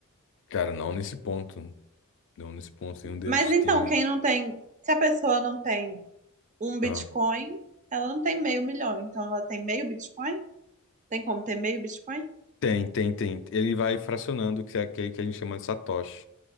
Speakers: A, on the left (about 60°); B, on the right (about 35°).
A: Cara, não nesse ponto. Não nesse ponto. Nenhum deles
B: Mas então,
A: tem.
B: quem não tem, se a pessoa não tem um Bitcoin,
A: Ah,
B: ela não tem meio milhão. Então, ela tem meio Bitcoin? Tem como ter meio Bitcoin?
A: tem, tem, tem. Ele vai fracionando, que é aquele que a gente chama de satoshi.